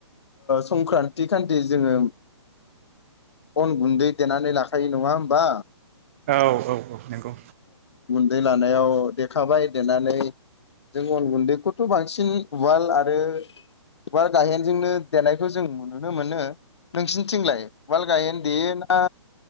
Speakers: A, on the left; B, on the right.
A: संक्रान्ति खान्थि जोङो अन गुन्दै देनानै लाखायो नङा होमबा।?
B: औ औ औ नंगौ।
A: दै लानायाव देद खाबाय देनानै जों अन गुन्दैखौथ' बांसिन उवाल आरो उवाल गाहेनजोंनो देनायखौ जों नुनो मोनो नोंसिनिथिंलाय उवाल गाहेन देयोना।